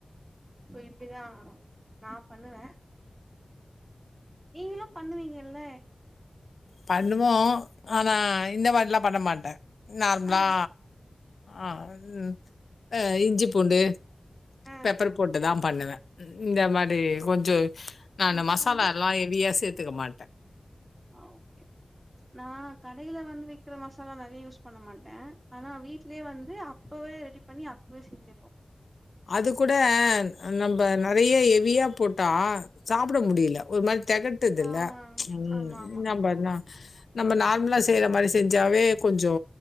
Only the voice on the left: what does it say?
பண்ணுவோ ஆனா இந்த மாரிலா பண்ண மாட்டே நார்ம்லா
ஆ கு ஆ இஞ்சி பூண்டு
பெப்பர் போட்டுதா பண்ணுவே இந்த மாரி கொஞ்சொ நா
இந்த மசாலா
எல்லா ஹெ வியா சேத்துக்க மாட்டே
அது கூட நம்ப நெறய ஹெவியா போட்டா சாப்ட முடில ஒரு மாரி தெகட்டுதுல்ல
ம்
என்னா பண்ணா நம்ம நார்மலா செய்ற மாரி செஞ்சாவே கொஞ்சோ